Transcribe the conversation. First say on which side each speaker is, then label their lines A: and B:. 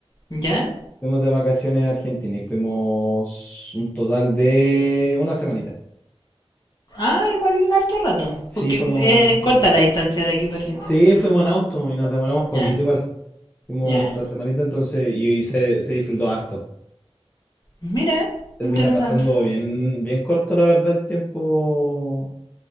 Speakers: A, on the left; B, on the left.
A: ¿Ya?
B: Fuimos de vacaciones a Argentina y fuimos un total de una semanita.
A: Ah, igual harto rato.
B: Sí,
A: Porque
B: fuimos
A: es,
B: una semanita.
A: es corta la distancia de aquí para Argentina.
B: Sí, fuimos en auto y nos demoramos poquito
A: Ya,
B: igual. Fuimos
A: ya.
B: la semanita entonces y, y se, se disfrutó harto.
A: Mira,
B: Termina
A: interesante.
B: pasando bien, bien corto, la verdad, el tiempo